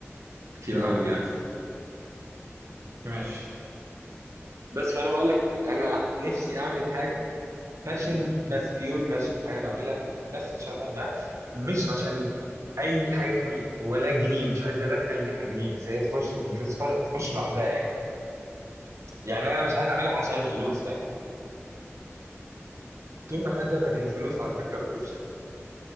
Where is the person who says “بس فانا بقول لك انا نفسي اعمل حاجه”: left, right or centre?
Right